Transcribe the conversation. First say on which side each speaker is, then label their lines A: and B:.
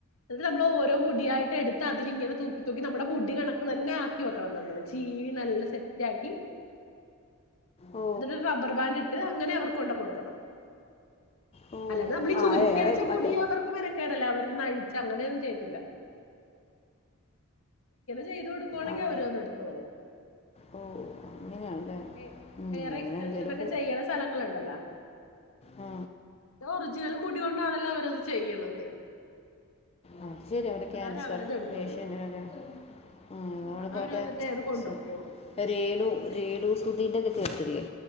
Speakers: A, on the left; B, on the left.
A: അത് നമ്മൾ ഓരോ കുടിയായിട്ട് എടുത്ത് അതില ഇങ്ങനെ തൂക്കി നമ്മുടെ മുടി കണക്ക് തന്നെ ആക്കി വെക്കണം നമ്മള് ചീവി നല്ല സെറ്റ് ആക്കി
B: ഓ
A: ഇത റബ്ബർ ബാൻഡ് ഇട്ട് അങ്ങനെ അവർക്ക് കൊണ്ട കൊടുക്കണം
B: ഓ
A: അല്ലാതെ നമ്മള്ഈ
B: ആ
A: ചരുട്ടി
B: ഏറെ
A: വെച്ച മുടി
B: മറ്റേ
A: അവർക്ക് മനക്കേടല്ല അവ അ അഴിച്ച അങ്ങടെന്നും ചെയ്ട്ടല്ല ചെയ്ത് കൊടുക്കുവാണെങ്കിൽ
B: അങ്ങ
A: അവര ഒന്ന് എടുത്തോണം
B: ഓ അങ്ങനെയാണല്ലേ
A: ഹ
B: ഉം,
A: ഹെയർ
B: അങ്ങനെ
A: എക്സ്റ്റെൻഷൻ
B: എന്തെങ്കിലുമൊക്കെ
A: ഒക്കെ ചെയ്യുന്ന സ്ഥലങ്ങളുണ്ടല്ലോ
B: ആ
A: ഒറിജിനൽ മുടി കൊണ്ടാണല്ലോ അവരത് ചെയ്യണത്
B: അ ശരി അവിടെ ക്യാൻസർ
A: അന്നേരം അവരത് എടുത്തോളും
B: പേഷ്യന്റൊക്കെ ഉ നമ്മളിപ്പോ
A: അവര്
B: മറ്റേ
A: വന്നിട്ട് അത് കൊണ്ടോക്കോളും
B: രേണു
A: ചെയ്താ
B: രേണു
A: മതി
B: സുധി ന്റക്കെ കേട്ടിട്ടില്ലേ